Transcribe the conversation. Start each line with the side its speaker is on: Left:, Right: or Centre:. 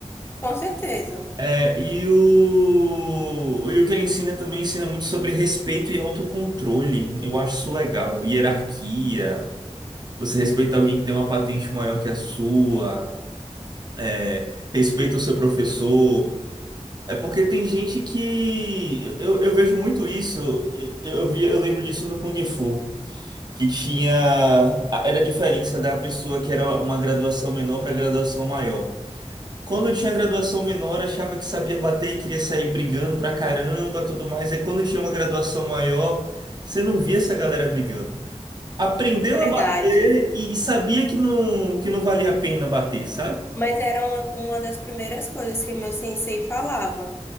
Left: Com certeza,
Right: É, e o, e o que ele ensina também, ele ensina muito sobre respeito e autocontrole. Eu acho isso legal. Hierarquia, você respeita alguém que tem uma patente maior que a sua, é, respeita o seu professor. É porque tem gente que. Eu, eu vejo muito isso, eu, eu vi, eu lembro disso no Kung Fu, que tinha. Era a diferença da pessoa que era uma graduação menor para graduação maior. Quando eu tinha graduação menor, achava que sabia bater e queria sair brigando pra caramba, tudo mais. E quando tinha uma graduação maior, você não via essa galera brigando. Aprendeu
Left: verdade.
Right: a bater e sabia que não, que não valia a pena bater, sabe?
Left: Mas era uma, uma das primeiras coisas que meu sensei falava.